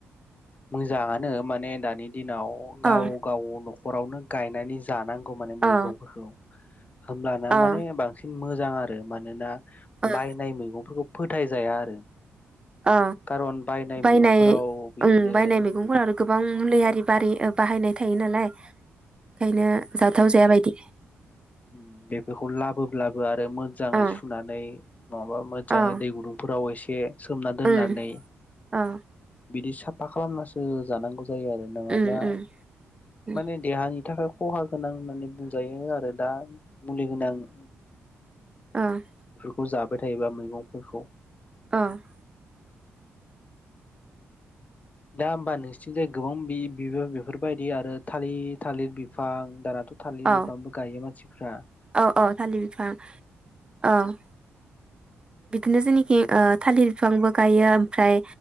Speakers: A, on the left; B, on the right.
A: मोजाङानो माने दानि दिनाव गाव
B: औ
A: गाव न'ख नखरावनो गायनानै जानां गौ माने मैगंफोरखौ
B: औ
A: होमब्लाना
B: औ
A: माने बांसिन मोजां आरो मानोना
B: औ
A: बायनाय मैगंफोरखौ फोथायजाया आरो
B: ओ
A: खारन
B: बायनाय
A: मैगंफोराव बिदिनो
B: ओम बायनाय मैगंफोरा
A: उम
B: आरो गोबां मलुलि बिबारि ओ बाहायनाय थायो नालाय बेखायनो जाथाव जाया बाय <unintelligible>
A: उम बेफोरखौ लाबोब्लाबो रो मोजांङै
B: औ
A: सुनानै नंङाबा मोजानङै
B: औ
A: दै गुदुंफोराव एसे सोमना दोननानै
B: ओं औ
A: बिदि साफा खालामनासो जानांगौ जायो आरो नंङाब्ला
B: उम उम ओ
A: माने देहानि थाखाय खहा गोनां होननानै बुंजायो आरो । बा मुलि होना औ ।
B: ओ ।
A: खौ जाबाय थायोबा मैगंफोरखौ
B: अ ।
A: दा होमबा नोंसिनिथिजाय गोबां बि बिबो बेफोरबायदि आरो था थालिर थालिर बिफां दारा थालिर
B: औ
A: बिफांबो गायो मानसिफ्रा ।
B: औ औ थालिर बिफां । अ । बिदिनो जेननाखिं ओ थालिर बिफांबो गायो ओमफ्राय